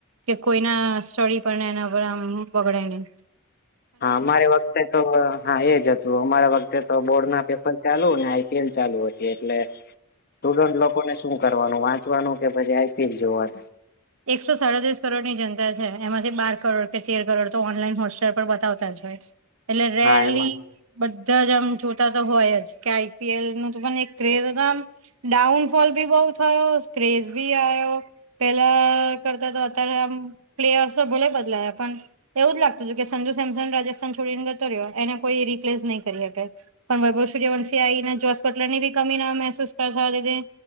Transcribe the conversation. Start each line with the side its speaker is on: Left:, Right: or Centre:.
Right: કે કોઈના સ્ટડી પર એના પર આમ બગડે નહીં
Left: હા અમારે વખતે તો હા એજ હતું અમારા વખતે તો બોર્ડ ના પેપર ચાલુને આઈપીએલ ચાલુ હતી એટલે સ્ટુડન્ટ લોકોને શું કરવાનું વાત તો આનું કે પછી આઈપીએલ જોવાનું.
Right: એકસો સાડત્રીસ કરોડ ની જનતા છે એમાંથી બાર કરોડ કે તેર કરોડ તો ઓનલાઈન હોસ્ટેલ પર બતાવતા જ એટલે રેલી.
Left: હા એમાં
Right: બધા જ આમ જોતા તો હોય જ કે આઈપીએલ નું તો પણ એક ક્રેઝ હતો આમ. ડાઉનફોલ ભી બઉ થયો ક્રેઝ. આવ્યો પેલા કરતા તો અત્યારે આમ પ્લેયરસો ભલે બદલાયા પણ. એવું જ લાગતું હત કે સંજુ સેમસંગ રાજસ્થાન છોડીને ગતો રહ્યો એને કોઈ રિપ્લેસ નહીં કરી શકે. પણ વૈભવ સર્યવંશી આહી જો. ટલર ની બી કમી ના મહેસૂસ કરવા દીધી